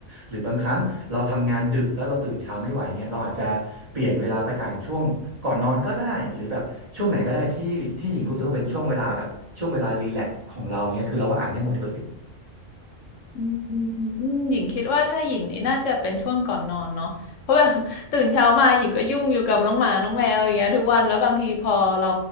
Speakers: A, on the right; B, on the left.
A: หรือบางครั้งเราทำงานดึกแล้วเราตื่นเช้าไม่ไหวเงี้ยเราอาจจะเปลี่ยนเวลาไปอ่านช่วงก่อนนอนก็ได้หรือแบบช่วงไหนก็ได้ที่ที่หญิงรู้สึกว่าเป็นช่วงเวลาแบบช่วงเวลารีแลกซ์ของเราเงี้ยคือเราว่าอ่านได้หมดเลย
B: อืมอืมอืมอืมหญิงคิดว่าถ้าหญิงนี่น่าจะเป็นช่วงก่อนนอนเนาะเพราะแบบ <laughs> ตื่นเช้ามาหญิงก็ยุ่งอยู่กับน้องหมาน้องแมวอย่างเงี้ยทุกวันแล้วบางทีพอเรา